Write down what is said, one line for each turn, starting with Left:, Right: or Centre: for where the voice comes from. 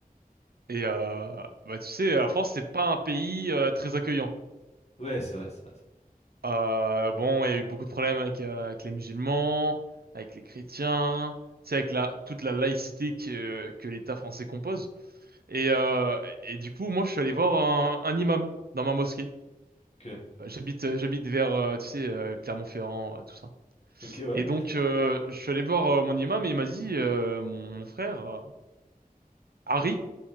Right: Et euh, bah, tu sais, la France, c'est pas un pays euh, très accueillant.
Left: Ouais, c'est vrai, c'est vrai.
Right: Euh, bon, il y a eu beaucoup de problèmes avec euh, avec les musulmans, avec les chrétiens, tu sais, avec la toute la laïcité que que l'État français compose. Et, euh, et du coup, moi, je suis allé voir un, un imam dans ma mosquée.
Left: c'est vrai. Ok.
Right: Euh, J'habite, euh, j'habite vers, euh, tu sais, euh, Clermont-Ferrand, euh, tout ça.
Left: Ok, ouais.
Right: Et donc, euh, je suis allé voir euh, mon imam et il m'a dit, euh, mon, mon frère, euh, Harry,